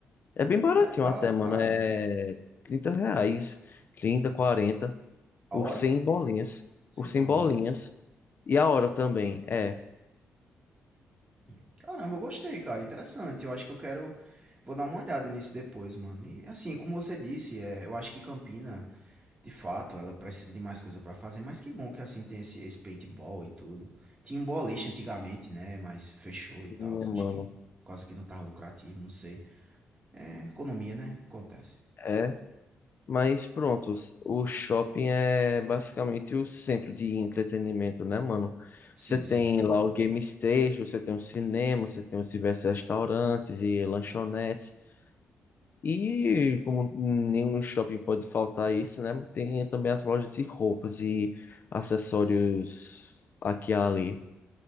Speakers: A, on the left; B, on the right.
A: É bem baratinho
B: Que legal,
A: até, mano.
B: cara.
A: É 30 reais, 30, 40
B: A
A: por
B: hora?
A: 100 bolinhas.
B: Sem
A: Por 100
B: bolinhas.
A: bolinhas. E a hora também, é.
B: Hum. Caramba, eu gostei, cara. Interessante. Eu acho que eu quero. Vou dar uma olhada nisso depois, mano. E assim, como você disse, é, eu acho que Campina, de fato, ela precisa de mais coisa pra fazer. Mas que bom que assim tem esse, esse paintball e tudo. Tinha um boliche antigamente, né? Mas fechou e tal.
A: Minha,
B: Acho
A: mano.
B: que por causa que não tava lucrativo, não sei. É, economia, né? Acontece.
A: é Mas pronto, s- o shopping é basicamente o centro de entretenimento, né, mano?
B: Sim,
A: Você tem
B: sim.
A: lá o game station, você tem o cinema, você tem os diversos restaurantes e lanchonetes. E como nenhum shopping pode faltar isso, né? Tem também as lojas de roupas e acessórios aqui e ali.